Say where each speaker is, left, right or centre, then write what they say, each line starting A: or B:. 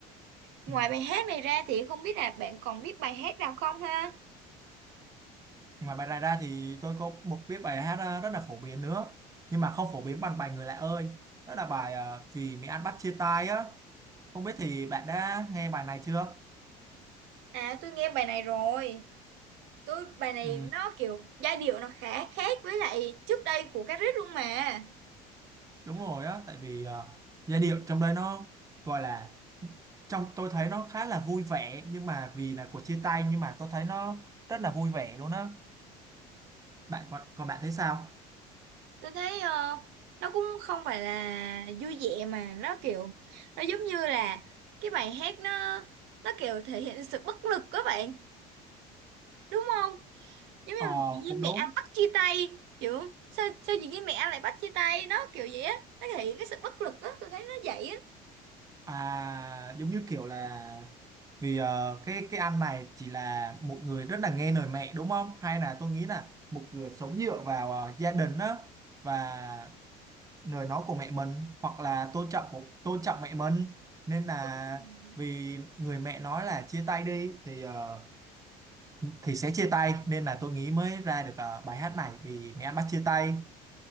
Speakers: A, on the right; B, on the right.
A: Ngoài
B: ừ.
A: bài hát này ra thì không biết là bạn còn biết bài hát nào không ha?
B: ngoài bài này ra thì tôi có một biết bài hát ờ, rất là phổ biến nữa nhưng mà không phổ biến bằng bài Người Lạ ơi đó là bài ờ, Vì Mỹ Ăn Bắt Chia Tay á không biết thì bạn đã nghe bài này chưa
A: À tôi nghe bài này rồi. Tôi bài này
B: ừ.
A: nó kiểu giai điệu nó khá khác với lại trước đây của Cát Rích luôn mà.
B: đúng rồi á tại vì ờ, giai điệu trong đây nó gọi là trong tôi thấy nó khá là vui vẻ nhưng mà vì là cuộc chia tay nhưng mà tôi thấy nó rất là vui vẻ luôn á bạn còn còn bạn thấy sao
A: Tôi thấy ờ, nó cũng không phải là vui vẻ mà nó kiểu nó giống như là cái bài hát nó nó kiểu thể hiện sự bất lực các bạn, đúng không? Giống như
B: ờ
A: mà chị với
B: cũng đúng
A: mẹ anh bắt chia tay, kiểu sao sao chị với mẹ anh lại bắt chia tay, nó kiểu vậy á, nó thể hiện cái sự bất lực á, tôi thấy nó vậy á.
B: à giống như kiểu là vì ờ, cái cái anh này chỉ là một người rất là nghe lời mẹ đúng không hay là tôi nghĩ là một người sống dựa vào ờ, gia đình á và lời nói của mẹ mình hoặc là tôn trọng của tôn trọng mẹ mình nên là
A: Đúng. rồi.
B: vì người mẹ nói là chia tay đi thì ờ, thì sẽ chia tay nên là tôi nghĩ mới ra được ờ, bài hát này vì mẹ anh bắt chia tay